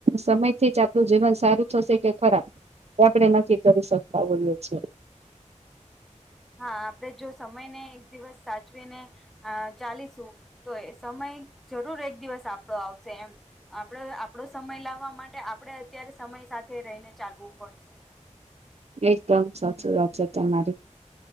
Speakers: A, on the right (about 55°); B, in the centre.
A: સમયથી જ આપણું જીવન સારું થશે કે ખરા આપણે નથી કરી શકતા હોઈએ છીએ.
B: હા આપણે જો સમયને એક દિવસ સાચવીને હા ચાલીશું તો એ સમય જરૂર એક દિવસ આપણો આવશે એમ. આપણે આપણો સમય લાવવા માટે આપણે અત્યારે સમય સાથે રહીને ચાલવું પડશે.
A: એકદમ સાચી વાત છે તમારી.